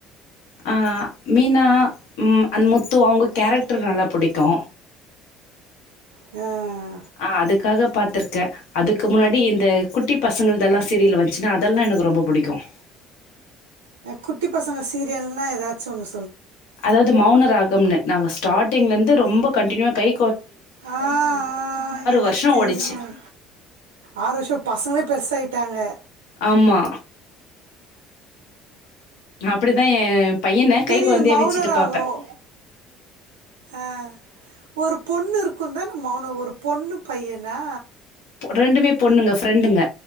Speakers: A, on the left (about 65°); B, on the right (about 75°).
A: ஆ மீனா ம் அந் முத்து அவங்க கேரக்டர் நல்லா புடிக்கு
B: அ
A: அஹ் அதுக்காக பாத்திருக்கேன் அதுக்கு முன்னாடி இந்த குட்டி பசங்கள இதெல்லாம் சீரியல் வந்துச்சுன்னா அதெல்லாம் எனக்கு ரொம்ப பிடிக்கும்
B: குட்டி பசங்க சீரியல்னா ஏதாச்சும் ஒண்ணு
A: அதாவது மௌனராகம்ல நாங்கள் ஸ்டார்டிங்லேருந்து ரொம்ப கண்டினிவாகி
B: ஆஹா ஆஹ் எனக்கு
A: வருஷோ
B: தெரியும்
A: ஓடிச்சு.
B: ஆறு வருஷம் பசங்களே பெருசாயிட்டு ஆய்டாக
A: ஆமா அப்படிதான் என் பையனை கை
B: தெரியுது
A: குழந்தைய
B: மௌன
A: வச்சுட்டு
B: ராகம்
A: பாப்பேன்
B: அஹ் ஒரு பொண்ணு இருக்கும் தான் ந மௌனம் ஒரு பொண்ணு பையனா
A: ரெண்டுமே பொண்ணுங்க ப்ரெண்டுங்க